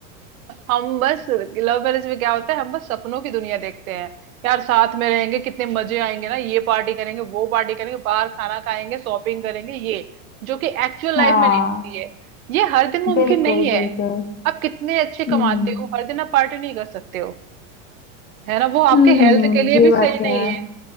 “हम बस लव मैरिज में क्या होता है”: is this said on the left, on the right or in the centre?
Right